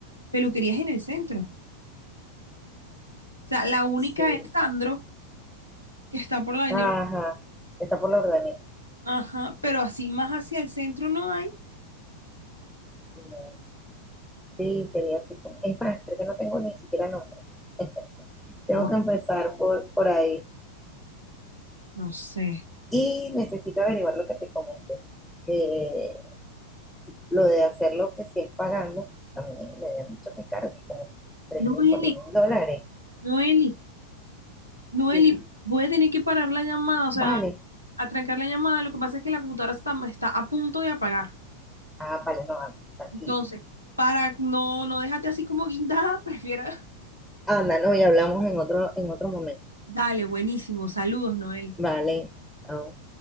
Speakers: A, on the left; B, in the centre.
A: peluquerías en el centro. O sea, la única
B: Sí.
A: es Sandro, que está por la avenida.
B: Ajá.
A: Ur-
B: Está por la ordeneta.
A: Ajá, pero así más hacia el centro no hay.
B: No. Sí, sería así. Es más, creo que no tengo ni siquiera nombre. <laughs> tengo
A: Buah,
B: que empezar por, por ahí.
A: no sé.
B: Y necesito averiguar lo que te comenté. Que lo de hacer lo que sí es pagando, también me habían dicho que es caro, que como tres
A: Noeli,
B: mil, cuatro mil dólares.
A: Noeli, Noeli,
B: Sí.
A: voy a tener que parar la llamada, o sea,
B: Vale,
A: atrancar la llamada. Lo que pasa es que la computadora está, está a punto de apagar.
B: Ah, vale, no, anda, tranquilo.
A: Entonces, para no, no dejarte así como guindada, <laughs> prefiero.
B: Anda, no, ya hablamos en otro, en otro momento.
A: Dale, buenísimo. Saludos, Noeli.
B: Vale, chao.